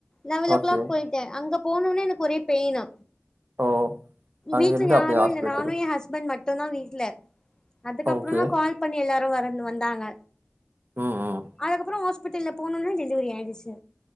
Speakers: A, on the left; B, on the right.
A: லெவல்
B: ஓகே
A: ஓ கிளாக் போயிட்ட அங்க போனொனே எனக்கு ஒரே பெயினு
B: ஓ அங்கிருந்து
A: வீட்ல
B: அப்டியே
A: யாரூ
B: ஹாஸ்பிட்டல்
A: இல்ல நானூ என் ஹஸ்பண்ட் மட் டுந்தா வீட்ல அதுக்கப்றோந்தா
B: ஓகே
A: கால் பண்ணி எல்லாரு வரனு வந்தாங்க
B: ம் ம்
A: அதுக்கப்றோ ஹாஸ்பிட்டல்ல போனோனே டெலிவரி ஆயிடுச்சு